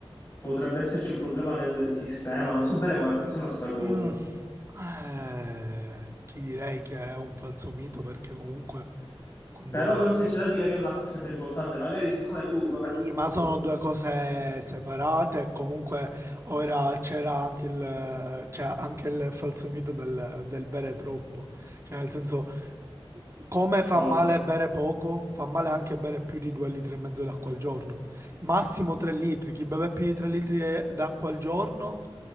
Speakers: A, on the left; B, on the right.
A: potrebbe esserci un problema nel sistema, non so bene come funziona sta cosa.
B: mm. Eh, ti direi che è un falso mito perché comunque quando...
A: Però comunque c'è da dire che l'acqua è sempre importante, magari siccome tu sovraccalcoli...
B: Sì, ma sono due cose separate e comunque ora c'era anche il, c'è anche il falso mito del, del bere troppo. Cioè, nel senso, come fa
A: Oddio.
B: male bere poco, fa male anche bere più di 2 litri e mezzo d'acqua al giorno. Massimo 3 litri. Chi beve più di 3 litri d'acqua al giorno